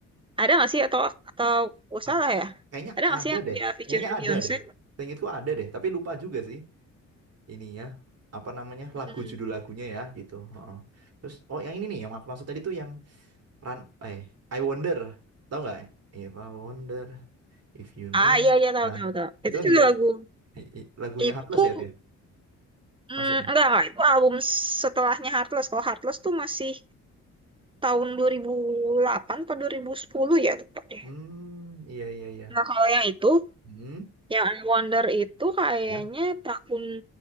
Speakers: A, on the right (about 15°); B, on the right (about 55°).
A: Ada nggak sih atau atau oh,
B: Ak-
A: salah ya?
B: kayaknya
A: Ada nggak
B: ada
A: sih yang
B: deh.
A: dia featuring
B: Kayaknya ada
A: Beyonce?
B: deh. Seingatku ada deh, tapi lupa juga sih ini ya, apa namanya
A: Hmm.
B: lagu judul lagunya ya gitu. Heeh. Terus oh yang ini nih yang aku maksud tadi tuh yang Run eh I Wonder, tahu nggak? If I wonder if you know.
A: Ah iya iya tahu
B: Nah,
A: tahu tahu.
B: itu
A: Itu
B: kan
A: juga
B: juga
A: lagu
B: i- i- lagunya
A: itu
B: Heartless ya itu ya
A: hmm,
B: masuknya.
A: enggak enggak itu album setelahnya Heartless. Kalau Heartless tuh masih tahun 2008 atau 2010 ya tepat deh.
B: Hmm, iya iya iya.
A: Nah kalau yang itu
B: Hmm,
A: Yang I Wonder itu kayaknya
B: ya.
A: tahun